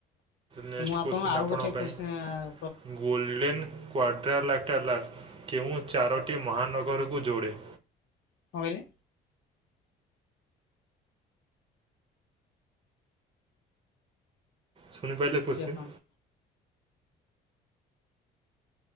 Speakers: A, on the right; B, on the left.
A: ନେକ୍ସଟ
B: ତ ମୁଁ ଆପଣଙ୍କୁ
A: କୋଶ୍ଚିନ୍
B: ଆଉ
A: ଆପଣଙ୍କ
B: ଗୋଟେ
A: ପାଇଁ
B: କୋତ୍ସିନ୍ ଆ
A: ଗୋଲ୍ଡେନ୍ କ୍ୱାଡର ଲେଟରାଲ୍ କେଉଁ ଚାରୋଟି ମହାନଗରକୁ ଯୋଡ଼େ?
B: କଣ କହିଲେ?
A: ଶୁଣିପାଇଲେ କୋତ୍ସିନ୍?
B: ଦେଖନ୍ତୁ